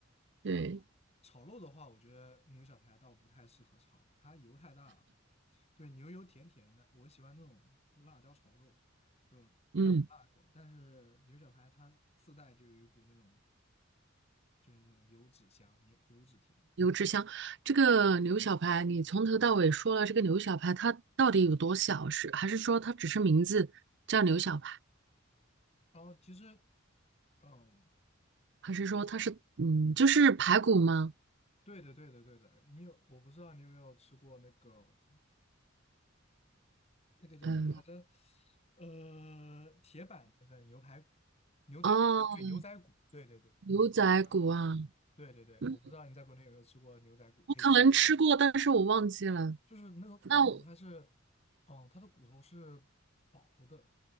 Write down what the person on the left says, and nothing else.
啊。炒肉的话，我觉得牛小排倒不太适合炒，它油太大了。对，牛油甜甜的，我喜欢那种辣椒炒肉，就辣辣口。
但是牛小排它自带就有一股那种，就是那种油脂香，牛油脂甜。
然后其实，嗯，
对的，对的，对的。你有，我不知道你有没有吃过那个那个叫什么来着？
呃，铁板那个牛排骨牛仔骨，
对，牛仔骨，对对对，
想起来了。对对对，
我不知道你在国内有没有吃过牛仔骨、
黑椒牛杂，
就是那个骨头它是，
嗯，它的骨头是薄的，